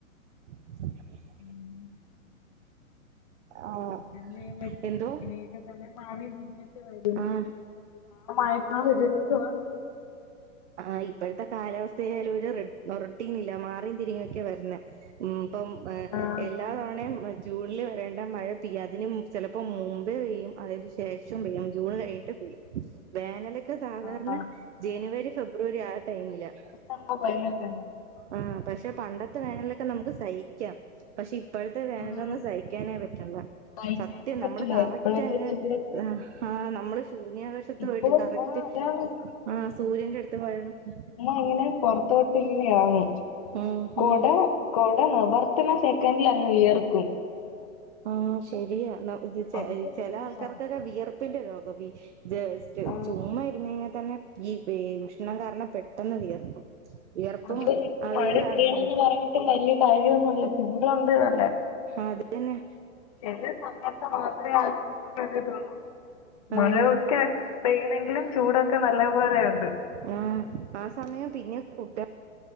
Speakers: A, on the right; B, on the left.
A: <inaudible>
B: ഉം
A: ആഹ്
B: എന്തെയാപറ്റും
A: എന്തോ
B: എങ്ങിനെക്കെ തന്നെ മാറിതിരിഞ്ഞും
A: ആഹ്
B: <unintelligible> <inaudible>
A: ആഇപ്പഴത്തെ കാലാവസ്ഥയാലും ഒരു റൊ റൊട്ടീനില്ല മാറിയും തിരിഞ്ഞു വെക്കെയാ വരുന്നേ മ്മ് പ്പം
B: ആഹ്
A: എല്ലാ തവണയും മ ജൂണില് വരെണ്ട മയ പെയ്യാതിന് മും ചിലപ്പോം മുമ്പേ പെയ്യും അതിന് ശേഷം പെയ്യും ജൂണ് കയ്ഞ്ഞിട്ടും പെയ്യും വേനലൊക്കെ സാധാരണ
B: ആഹ്
A: ജെനുവരി ഫെബ്രുവരി ആഹ് ടൈമിലാ
B: അങ്ങ് കൊല്ലെത്താന്നോ
A: ആഹ് പഷെ പണ്ടത്തെ വേനലൊക്കെ നമുക്ക് സഹിക്കാം പഷെ ഇപ്പഴത്തെ വേനലൊന്നും
B: ആഹ്
A: സയ് ക്കാനേ പറ്റണ്ല്ല
B: സഹിക്കാനേ
A: സത്യം
B: പറ്റില്ല
A: നമ്മള് കറക്ടങ്ങ്
B: ഇപ്പോഴത്തെ ചൂടത്ത്
A: ആഹ് ആഹ് നമ്മള് ശൂന്യാകാശത്ത്
B: ഇപ്പൊ
A: പോയിട്ട് കറക്റ്റ്
B: ആ അതാണ്
A: ആഹ് സൂര്യന്റടുത്ത് പോയണക്ക്
B: അങ്ങനെ പൊറത്തോട്ടിങ്യാനാണ്
A: ഉം
B: കൊട
A: ഉം
B: കൊടനിവർത്തണ സെക്കന്റിലങ്ങ് വിയർക്കും
A: ആഹ് ശെരിയാ ന ഇത് ചെ
B: ഭയങ്കര ബുദ്ധിമുട്ടാണ്
A: ചെലആൾക്കാർക്കൊക്കെ വിയർപ്പിന്റെ രോഗവി ജസ്റ്റ്
B: ആ
A: ചുമ്മാര്ന്നഴിഞ്ഞാ തന്നെ ഈ ഉഷ്ണം കാരണം പെട്ടെന്ന് വിയർക്കും വിയർപ്പും
B: അത്പിന്നെ ഇപ്പം
A: അതൊരു
B: മഴ
A: കാരണല്ലേ
B: പെയ്തെറങ്ങീട്ടും വല്ല്യ കാര്യോന്നുംല്ല ചൂടൊണ്ട് നല്ല
A: അതെന്നെ
B: ചെല സമയത്ത് മാത്രെ ആഹ് ചൂടിന്റൊരിതൊള്ളു മരൊക്കെ
A: ആ
B: പെയ്യണെങ്കിലും ചൂടൊക്കെ നല്ലപോലെണ്ട്
A: ആഹ് ആഹ് സമയം പിന്നേം ഗുഡ്ഡ